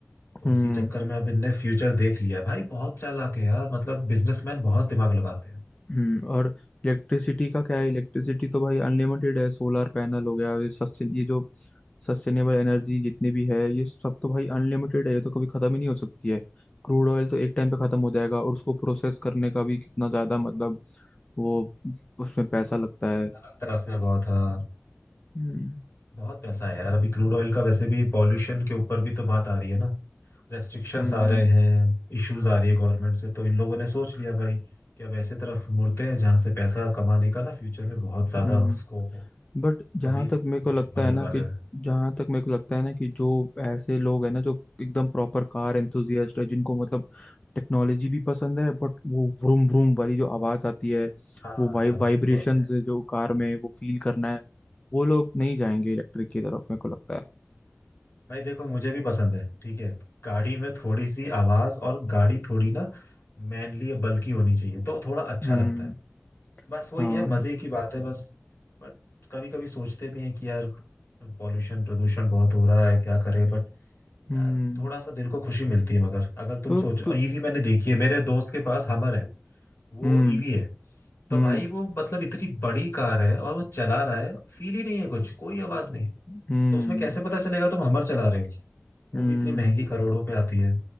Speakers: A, on the left (about 65°); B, on the left (about 25°).
A: तो
B: हम्म
A: उसी चक्कर में अब इनने फ्यूचर देख लिया भाई बहुत चालाक है यार मतलब बिजनेसमैन बहुत दिमाग लगाते हैं
B: हम्म और इलेक्ट्रिसिटी का क्या है इलेक्ट्रिसिटी तो भाई अनलिमिटेड है सोलर पैनल हो गया ये सस्टेन ये जो सस्टेनेबल एनर्जी जितनी भी है ये सब तो भाई अनलिमिटेड है ये तो कभी खत्म ही नहीं हो सकती है क्रूड ऑयल तो एक टाइम पे खत्म हो जाएगा और उसको प्रोसेस करने का भी कितना ज्यादा मतलब वो उसमें पैसा लगता है
A: अच्छा लगता है उसमें बहुत हाँ
B: हम्म
A: बहुत पैसा है यार अभी क्रूड ऑयल का वैसे भी पॉल्यूशन के ऊपर भी तो बात आ रही है ना रेस्ट्रिक्शंस
B: हम्म
A: आ रहे हैं इश्यूज आ रही है गवर्नमेंट से तो इन लोगों ने सोच लिया भाई कि अब ऐसे तरफ मुड़ते हैं जहां से पैसा कमाने का ना फ्यूचर में बहुत ज्यादा
B: हम्म
A: स्कोप हो
B: बट जहां
A: तभी अभी
B: तक मेरे को
A: दिमाग
B: लगता है
A: लगा
B: ना
A: रहे
B: कि
A: हैं
B: जहां तक मेरे को लगता है ना कि जो ऐसे लोग हैं ना जो एकदम प्रॉपर कार एंथुजियास्ट है जिनको मतलब टेक्नोलॉजी भी पसंद है बट वो व्रूम व्रूम वाली जो आवाज आती है
A: हाँ
B: वो वाइ
A: वो
B: वाइब्रेशंस
A: तो है
B: जो कार में वो फील करना है वो लोग नहीं जाएंगे इलेक्ट्रिक की तरफ मेरे को लगता है
A: भाई देखो मुझे भी पसंद है ठीक है गाड़ी में थोड़ी सी आवाज और गाड़ी थोड़ी ना मैनली या बल्की होनी चाहिए तो थोड़ा अच्छा
B: हम्म
A: लगता है बस वही
B: हाँ
A: है मजे की बात है बस बट कभी कभी सोचते भी हैं कि यार पॉल्यूशन प्रदूषण बहुत हो रहा है क्या करें बट
B: हम्म
A: यार थोड़ा सा दिल को खुशी मिलती है मगर अगर तुम
B: तो
A: सोचो
B: तो
A: ईवी मैंने देखी है मेरे दोस्त के पास हमर है वो
B: हम्म
A: ईवी है तो
B: हम्म
A: भाई वो मतलब इतनी बड़ी कार है और वो चला रहा है फील ही नहीं है कुछ कोई आवाज नहीं
B: हम्म
A: तो उसमें कैसे पता चलेगा तुम हमर चला रहे हो
B: हम्म
A: वो भी इतनी महंगी करोड़ों पे आती है